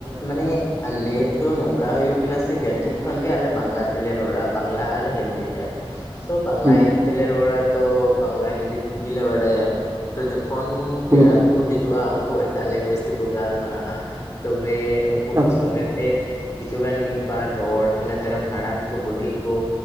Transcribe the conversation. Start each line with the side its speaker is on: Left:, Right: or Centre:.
Left: ᱢᱟᱱᱮ, ᱟᱞᱮ ᱫᱚ ᱱᱚᱝᱠᱟ ᱦᱩᱭᱩᱜ ᱠᱟᱱᱟ ᱥᱮ ᱠᱟᱹᱴᱤᱡ ᱠᱷᱚᱱ ᱜᱮ ᱟᱞᱮ ᱵᱟᱝᱞᱟ ᱛᱮᱞᱮ ᱨᱚᱲᱟ ᱵᱟᱝᱞᱟ ᱟᱨ ᱦᱤᱱᱫᱤ᱾ ᱥᱚᱵ ᱵᱟᱝᱞᱟ
Right: ᱦᱩᱸ
Left: ᱦᱤᱱᱫᱤ ᱛᱮᱞᱮ ᱨᱚᱲᱟ ᱛᱚ ᱵᱟᱝᱞᱟ ᱦᱤᱱᱫᱤ ᱛᱮ ᱜᱮᱞᱮ ᱵᱟᱰᱟᱭᱟ, ᱛᱚ ᱡᱚᱠᱷᱚᱱ
Right: ᱦᱩᱸ
Left: ᱯᱮᱲᱟ ᱠᱚᱠᱚ ᱦᱤᱡᱩᱜ-ᱟ ᱩᱱᱠᱩ ᱮᱴᱟᱜ ᱞᱮᱝᱜᱩᱭᱮᱡ ᱛᱮᱠᱚ ᱜᱟᱞᱢᱟᱨᱟᱜ-ᱟ, ᱨᱮ ᱩᱱᱠᱩ
Right: ᱦᱩᱸ
Left: ᱠᱚ ᱥᱚᱸᱜᱮ ᱛᱮ ᱠᱤᱪᱷᱩ ᱜᱟᱱ ᱢᱤᱫ ᱵᱟᱨ ᱨᱚᱲ ᱤᱱᱟᱹ ᱛᱟᱭᱱᱚᱢ ᱦᱟᱲᱟᱢ ᱠᱚ, ᱵᱩᱰᱷᱤ ᱠᱚ,